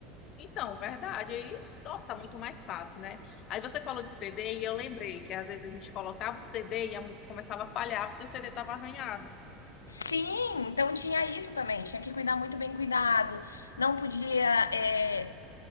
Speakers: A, on the left (about 50°); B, on the left (about 85°).
A: Então, verdade, aí, nossa, muito mais fácil, né? Aí você falou de CD e eu lembrei que às vezes a gente colocava o CD e a música começava a falhar porque o CD estava arranhado.
B: Sim, então tinha isso também. Tinha que cuidar muito bem cuidado. Não podia é,